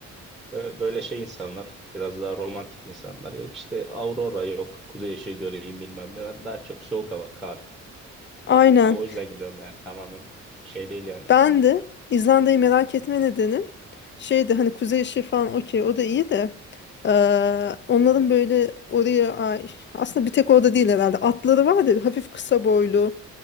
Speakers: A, in the centre; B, on the left (about 40°).
A: e, böyle şey insanlar, biraz daha romantik insanlar. Yok işte aurora yok, kuzey ışığı göreyim bilmem ne. Ben daha çok soğuk hava, kar.
B: Aynen
A: Ha, o yüzden gidiyorum yani tamamen şey değil yani.
B: Ben de İzlanda'yı merak etme nedenim şeydi hani kuzey ışığı falan okey o da iyi de eee, onların böyle oraya ay, aslında bir tek orada değil herhalde atları var ya hafif kısa boylu